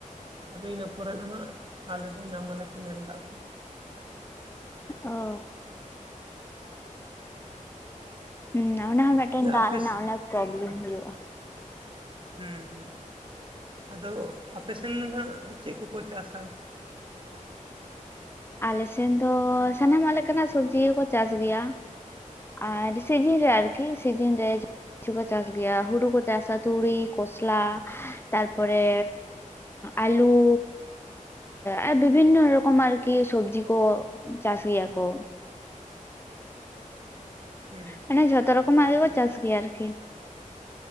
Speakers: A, on the right; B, on the left.
A: ᱟᱫᱚ ᱤᱱᱟᱹ ᱯᱚᱨᱮ ᱫᱚ ᱱᱟᱜ ᱟᱞᱮ ᱦᱚᱸ ᱧᱟᱢ ᱟᱞᱮ ᱠᱮᱱᱮᱞ ᱫᱟᱜ ᱠᱚ
B: ᱚ ᱦᱩᱸ ᱚᱱᱟ ᱦᱚᱸ ᱢᱤᱫᱴᱟᱱ ᱫᱟᱜ
A: ᱟᱯᱮ
B: ᱨᱮᱱᱟᱜ ᱚᱱᱮᱠ ᱯᱨᱚᱵᱞᱮᱢ ᱦᱩᱭᱩᱜᱼᱟ
A: ᱦᱩᱸ ᱦᱩᱸ ᱟᱫᱚ ᱟᱯᱮ ᱥᱮᱱ ᱦᱟᱜ ᱪᱮᱫ ᱠᱚᱠᱚ ᱪᱟᱥᱟ
B: ᱟᱞᱮ ᱥᱮᱱ ᱫᱚ ᱥᱟᱱᱟᱢᱟᱜ ᱞᱮᱠᱟᱱᱟᱜ ᱥᱚᱵᱡᱤ ᱠᱚ ᱠᱚ ᱪᱟᱥ ᱜᱮᱭᱟ ᱟᱨ ᱥᱤᱡᱤᱱ ᱨᱮ ᱟᱨᱠᱤ ᱥᱤᱡᱤᱱ ᱨᱮ ᱠᱤᱪᱷᱩ ᱠᱚ ᱪᱟᱥ ᱜᱮᱭᱟ ᱦᱩᱲᱩ ᱠᱚ ᱪᱟᱥᱟ ᱛᱩᱲᱤ ᱠᱚᱥᱞᱟ ᱛᱟᱨᱯᱚᱨᱮ ᱟᱞᱩ ᱟᱨ ᱵᱤᱵᱷᱤᱱᱱᱚ ᱨᱚᱠ ᱚᱢ ᱟᱨᱠᱤ ᱥᱚᱵᱡᱤ ᱠᱚ ᱪᱟᱥ ᱜᱮᱭᱟ ᱠᱚ
A: ᱦᱩᱸ
B: ᱢᱟᱱᱮ ᱡᱷᱚᱛᱚ ᱨᱚᱠᱚᱢᱟᱜ ᱜᱮᱠᱚ
A: ᱟᱫᱚ
B: ᱪᱟᱥ ᱜᱮᱭᱟ ᱟᱨᱠᱤ